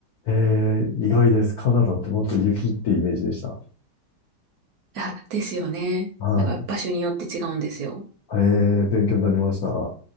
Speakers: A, on the left; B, on the right.
A: えー、意外です。カナダってもっと雪ってイメージでした。
B: あ、ですよね。
A: はい。
B: なんか場所によって違うんですよ。
A: えー、勉強になりました。